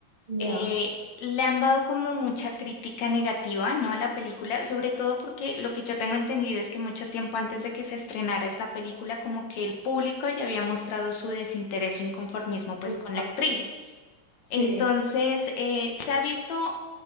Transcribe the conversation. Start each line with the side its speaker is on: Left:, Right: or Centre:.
Right: Ya,
Left: eh, le han dado como mucha crítica negativa, ¿no? A la película, sobre todo porque lo que yo tengo entendido es que mucho tiempo antes de que se estrenara esta película, como que el público ya había mostrado su desinterés o inconformismo pues
Right: exacto.
Left: con la actriz.
Right: Sí,
Left: Entonces, eh, se ha visto